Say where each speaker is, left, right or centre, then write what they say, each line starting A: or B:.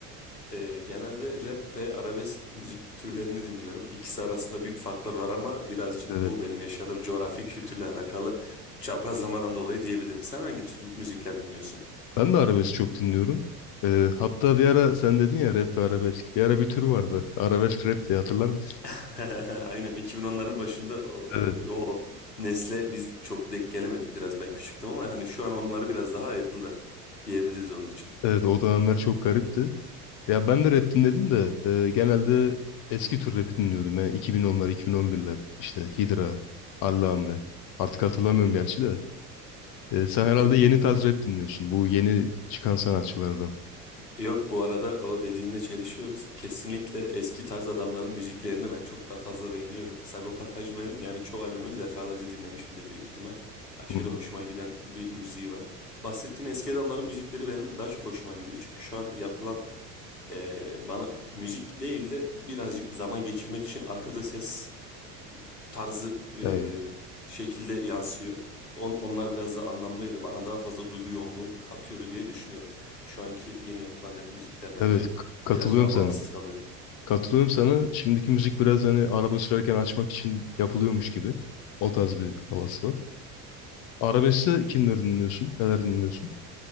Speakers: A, on the left; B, on the left.
A: Ee, genelde rap ve arabesk müzik türlerini dinliyorum. İkisi arasında büyük farklar var ama birazcık
B: Evet.
A: bu benim yaşadığım coğrafi kültürle alakalı çaprazlamadan dolayı diyebilirim. Sen hangi tür müzikler dinliyorsun?
B: Ben de arabesk çok dinliyorum. Ee, hatta bir ara sen dedin ya rap ve arabesk. Bir ara bir türü vardı. Arabesk rap diye hatırlar mısın?
A: <laughs> Aynen 2010'ların başında o,
B: Evet.
A: o nesle biz çok denk gelemedik biraz ben küçüktüm ama hani şu an onları biraz daha ayırdılar diyebiliriz onun için.
B: Evet o dönemler çok garipti. Ya ben de rap dinledim de e, genelde eski tür rapi dinliyordum. Yani 2010'lar, 2011'ler. İşte Hydra, Allame. Artık hatırlamıyorum gerçi de. E, sen herhalde
A: Yok
B: yeni tarz rap dinliyorsun. Bu yeni çıkan sanatçılardan.
A: Yok bu arada o dediğinde çelişiyoruz. Kesinlikle eski tarz adamların müziklerini ben çok daha fazla beğeniyorum. Sagopa Kajmer'in yani çoğu albümünü defalarca dinlemişimdir büyük ihtimal. Aşırı
B: Hı hı.
A: hoşuma giden bir müziği var. Bahsettiğin eski adamların müzikleri benim daha çok hoşuma gidiyor. Çünkü şu an yapılan eee, bana müzik değil de birazcık zaman geçirmek için arkada ses tarzı e,
B: Evet.
A: şekilde yansıyor. On- onlar biraz daha anlamlıydı. Bana daha fazla duygu yoğunluğu katıyordu diye düşünüyorum. Şu anki yeni yapılan rap müzikler bence
B: Evet k- katılıyorum
A: biraz daha
B: sana.
A: bağımsız kalıyor.
B: Katılıyorum sana. Şimdiki müzik biraz hani araba sürerken açmak için yapılıyormuş gibi. O tarz bir havası var. Arabeskte kimleri dinliyorsun? Neler dinliyorsun?